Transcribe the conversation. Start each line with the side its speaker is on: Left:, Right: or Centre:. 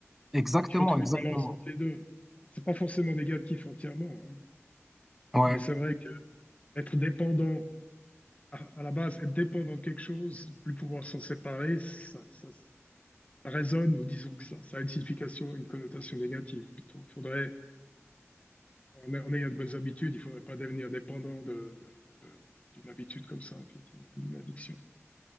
Centre: Exactement.
Left: Il faut trouver
Centre: Exactement.
Left: une balance entre les deux. C'est pas forcément négatif entièrement, hein.
Centre: Ouais.
Left: Mais c'est vrai qu'être dépendant, à, à la base, être dépendant de quelque chose, plus pouvoir s'en séparer, ça, ça- ça résonne, ou disons que ça, ça a une signification, une connotation négative plutôt. Faudrait En, en ayant de bonnes habitudes, il ne faudrait pas devenir dépendant de, de- de- d'une habitude comme ça, effectivement, d'une addiction.